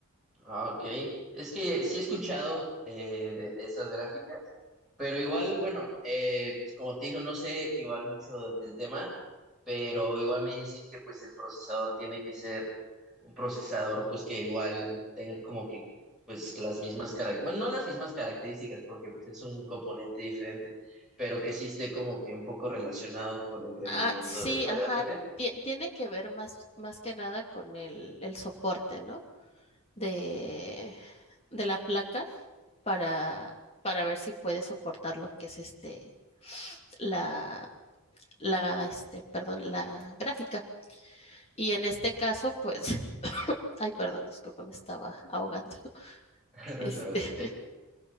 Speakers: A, in the centre; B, on the left.
A: Ah, ok. Es que sí he escuchado eh, de, de esas gráficas, pero igual, bueno, eh, pues como te digo, no sé igual mucho del tema, pero igual me dicen que pues el procesador tiene que ser un procesador pues que igual tenga como que pues las mismas características, bueno, no las mismas características porque pues es un componente diferente, pero que sí esté como que un poco relacionado con el rendimiento
B: Ah, sí,
A: de la
B: ajá,
A: gráfica.
B: ti- tiene que ver más, más que nada con el, el soporte, ¿no? De, de la placa para, para ver si puede soportar lo que es este, la, la, este, perdón, la gráfica. Y en este caso, pues, <laughs> ay, perdón, disculpa, me estaba ahogando. <laughs>
A: <laughs> No
B: Este,
A: te preocupes.
B: <laughs>